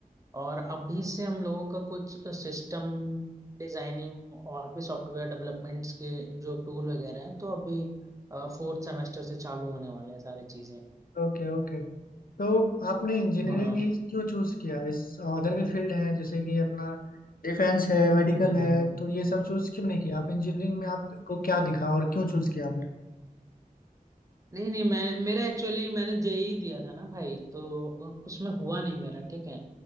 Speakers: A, on the right (about 20°); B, on the left (about 75°).
A: और अभी से हम लोगों का कुछ सिस्टम डिजाइनिंग और भी सॉफ्टवेयर डेवलपमेंट्स के जो टूल वगैरह हैं तो अभी फोर्थ सेमेस्टर से चालू होने वाले हैं सारी चीजें
B: Okay okay तो आपने इंजीनियरिंग
A: हाँ
B: ही क्यों चूज किया इस अदर भी फील्ड है जैसे कि अपना डिफेंस है मेडिकल
A: हम्म हम्म
B: है
A: हम्म।
B: तो ये सब चूज क्यों नहीं किया आप इंजीनियरिंग में आपको क्या दिखा और क्यों चूज किया आपने
A: नहीं नहीं मैं मेरा एक्चुअली मैंने जेई दिया था ना भाई तो उ- उसमें हुआ नहीं मेरा ठीक है